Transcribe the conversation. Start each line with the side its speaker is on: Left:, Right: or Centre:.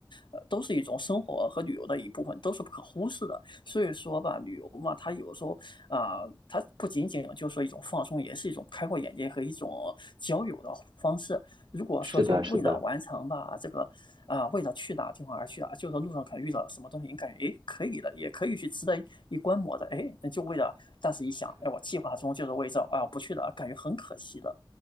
Left: 呃都是一种生活和旅游的一部分，都是不可忽视的。所以说吧，旅游嘛，它有时候啊、呃它不仅仅就是说一种放松，也是一种开阔眼界和一种交友的方式。如果说就为了完成吧，
Right: 是的，是的。
Left: 这个啊、呃为了去哪地方而去啊，就是路上可能遇到什么东西，你感觉诶可以的，也可以去值得一观摩的，诶，那就为了，但是一想，哎，我计划中就是为这，啊，不去了，感觉很可惜的，